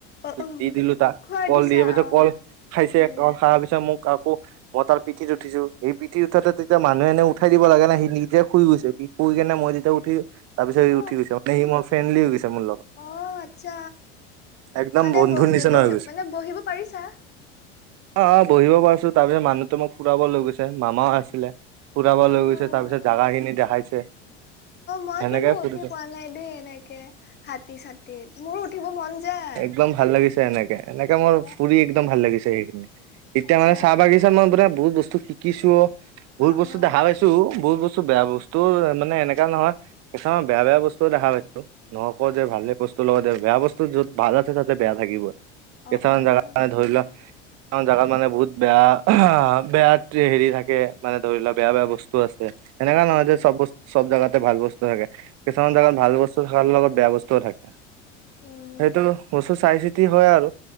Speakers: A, on the left (about 30°); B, on the right (about 50°).
A: অ অ
B: দি দিলোঁ তাক।
A: খোৱাই
B: কল
A: দিছা
B: দিয়াৰ পিছত
A: অ
B: কল খাইছে
A: উম
B: কল খাৱা পিছত মোক আকৌ মই তাৰ পিঠিত উঠিছো, সেই পিঠিত উঠাতে তেতিয়া মানুহে এনে উঠাই দিব লাগে নে সি নিজে শুই গৈছে সি, শুই কিনে মই যেতিয়া উঠি তাৰ পিছতি
A: অ
B: উঠি গৈছে, মানে সি মোৰ ফ্ৰেণ্ডলি হৈ গৈছে মোৰ লগত।
A: অঁ! আচ্ছা
B: একদম
A: মানে
B: বন্ধুৰ
A: বহি-বহি
B: নিচিনা হৈ গৈছে।
A: মানে বহিব পাৰিছা?
B: অঁ-অঁ! বহিব পাৰিছো, তাৰপিছত মানুহটোৱে মোক ফুৰাব লৈ গৈছে মামাও আছিলে। ফুৰাব
A: অ
B: লৈ গৈছে তাৰপিছত জাগাখিনি দেখাইছে।
A: মই
B: সেনেকে
A: কিন্তু
B: ফুৰিছো
A: উঠি পোৱা নাই দেই এনেকে হাতী-চাতী। মোৰো উঠিব মন যায়।
B: একদম ভাল লাগিছে এনেকে, এনেকে মোৰ
A: অ
B: ফুৰি একদম ভাল লাগিছে সেইখিনি। এতিয়া
A: আচ্ছা
B: মানে চাহ বাগিচাত মই আপোনাৰ বহুত বস্তু শিকিছোঁ, বহুত
A: অ
B: বস্তু
A: অ
B: দেখা পাইছোঁ, বহুত বস্তু কিছু বেয়া বস্তুও মানে এনেকা নহয় কিছুমান বেয়া-বেয়া বস্তু দেখা পাই নহ আকৌ
A: অ
B: যে ভাল বস্তু লগত বেয়া বস্তু যত ভাল আছে তাতে বেয়া থাকিব। কিছুমান
A: অ অ এইটো
B: জাগা কাৰণে ধৰি লোৱা কিছুমান জেগাত মানে বহুত বেয়া <unintelligible> বেয়া হেৰি থাকে মানে ধৰি লোৱা বেয়া-বেয়া বস্তু আছে। এনেকা নহয়
A: উম
B: যে চব বস্তু চব জাগাতে ভাল বস্তু থাকে। কিছুমান জেগাত
A: উম উম
B: ভাল বস্তু থাকাৰ লগত বেয়া বস্তুও থাকে।
A: উম
B: সেইটো বস্তু চাই চি চিতি হয় আৰু।